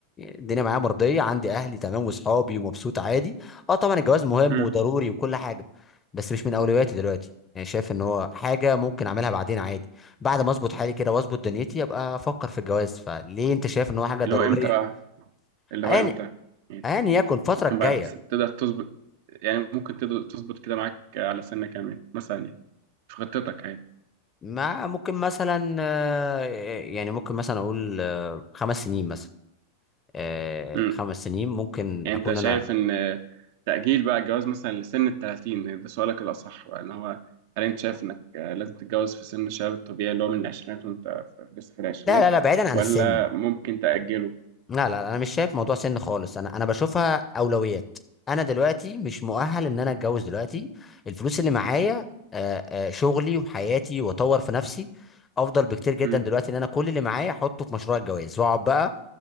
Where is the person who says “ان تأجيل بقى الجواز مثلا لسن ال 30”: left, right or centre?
Right